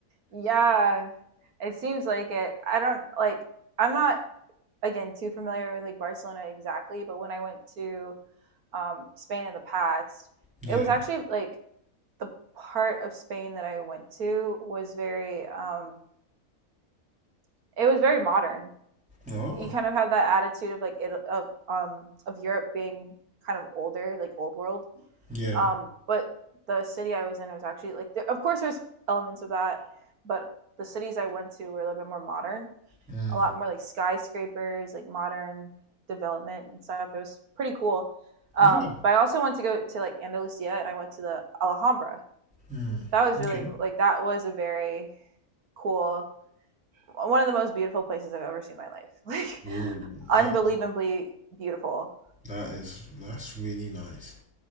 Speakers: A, on the right (about 80°); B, in the centre.
A: Yeah. It seems like it. I don't like I'm not again too familiar with like Barcelona exactly, but when I went to um Spain in the past,
B: Yeah.
A: it was actually like the part of Spain that I went to was very um it was very modern.
B: Oh.
A: You kind of have that attitude of like it of um of Europe being kind of older, like old world
B: Yeah.
A: um but the city i was in was actually like there, of course there's elements of that but the cities i went to were a little bit more modern
B: Mm.
A: a lot more like skyscrapers like modern development and stuff it was pretty cool um
B: Yeah.
A: but i also went to go to like andalusia and i went to the alhambra
B: Mm.
A: that was
B: Okay.
A: really cool like that was a very cool one of the most beautiful places i've ever seen in my life like
B: Ooh,
A: <laughs>
B: that
A: unbelievably beautiful
B: that is that's really nice.